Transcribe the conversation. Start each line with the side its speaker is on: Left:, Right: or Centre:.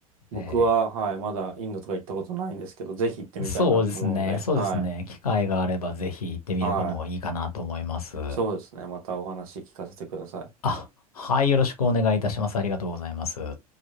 Right: 僕は、
Left: えー
Right: はい、まだインドとか行ったことないんですけど、ぜひ行ってみたいなと思うので、
Left: そうですね、そうですね、
Right: はい。
Left: 機会があればぜひ行ってみるのがいいかなと思います。
Right: はい。そうですね。またお話聞かせてください。
Left: あ、はい、よろしくお願いいたします。ありがとうございます。